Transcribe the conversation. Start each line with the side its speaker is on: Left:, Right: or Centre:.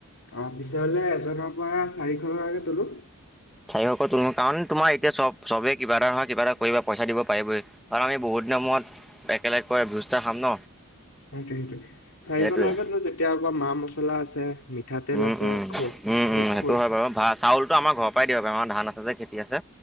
Left: অ পিছে হলে এজনৰ পৰা চাৰিশ টকাকে তোলোঁ?
Centre: চাৰিশকৈ তোলোঁ কাৰণ তোমাৰ এতিয়া চব চবেই কিবা এটা নহয় কিবা এটা কৰিব পইচা দিব পাৰিবই। কাৰণ আমি বহুত দিনৰ সময়ত একেলগকৈ সা খাম ন?
Left: সেইটোৱে, সেইটোৱে। চাৰিশ
Centre: সেইটোৱে
Left: টকাকে তোলোঁ, তেতিয়া আ মা মছলা আছে মিঠাতেল
Centre: উম-উম-উম-উম।
Left: আছে খ খ খ
Centre: সেইটো হয় বাৰু। চাউলটো আমাৰ ঘৰৰ পৰাই দিব পাৰ আমাৰ ধান আছে যে খেতি আছে।